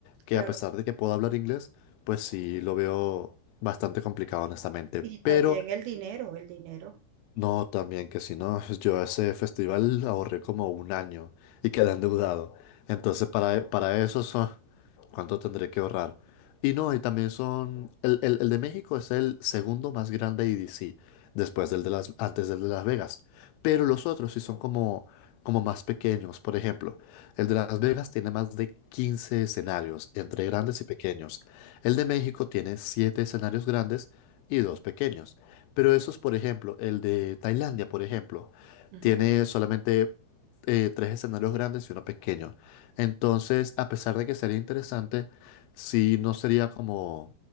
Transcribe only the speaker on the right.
claro.
Y también
el dinero, el dinero.
Ujú,